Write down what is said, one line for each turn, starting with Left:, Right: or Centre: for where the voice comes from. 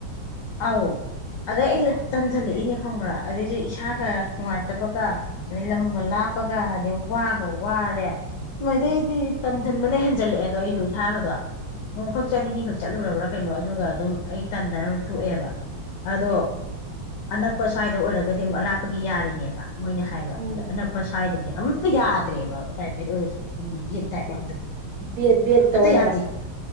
Left: ꯑꯧ ꯑꯗꯩ ꯑꯩꯁꯦ ꯇꯟꯖꯜꯂꯛꯑꯦꯅꯦ ꯈꯪꯕ꯭ꯔꯥ ꯑꯗꯨꯗꯏꯗꯤ ꯏꯁꯥꯒ ꯅꯨꯡꯉꯥꯏꯇꯕꯒ ꯑꯗꯩ ꯂꯝꯒ ꯂꯥꯞꯄꯒ ꯑꯗꯩ ꯋꯥꯒ ꯋꯥꯔꯦ ꯃꯗꯩꯗꯤ ꯇꯟꯖꯟꯕꯅ ꯍꯦꯟꯖꯜꯂꯛꯑꯦꯗꯣ ꯑꯩꯁꯨ ꯏꯁꯥꯒꯗꯣ ꯅꯣꯡꯈꯛ
Right: ꯎꯝ
Left: ꯆꯠ ꯅꯤꯅꯤ ꯈꯛ ꯆꯠꯂꯨꯔꯒ ꯀꯩꯅꯣ ꯑꯗꯨꯒ ꯑꯗꯨꯝ ꯑꯩ ꯇꯟꯗꯅ ꯑꯗꯨ ꯇꯣꯛꯑꯦꯕ ꯑꯗꯣ ꯑꯅꯛꯄ ꯁ꯭ꯋꯥꯏꯗ ꯑꯣꯏꯔꯒꯗꯤ ꯑꯃꯨꯛ ꯑꯔꯥꯞꯄꯒꯤ ꯌꯥꯔꯤꯅꯦꯕ ꯃꯣꯏꯅ ꯍꯥꯏꯕ
Right: ꯎꯝ
Left: ꯑꯗꯣ ꯑꯅꯛꯄ ꯁ꯭ꯋꯥꯏꯗꯗꯤ ꯑꯝꯇ ꯌꯥꯗ꯭ꯔꯦꯕ ꯄ꯭ꯔꯥꯏꯚꯦꯠ ꯑꯣꯏꯔꯁꯨ ꯗꯥꯏꯠ ꯌꯥꯎꯗꯗꯤ
Right: ꯕꯤ ꯑꯦꯗ ꯕꯤ ꯑꯦꯗ
Left: ꯑꯃꯠꯇ
Right: ꯇꯧ ꯂꯩꯕ
Left: ꯌꯥꯗꯦ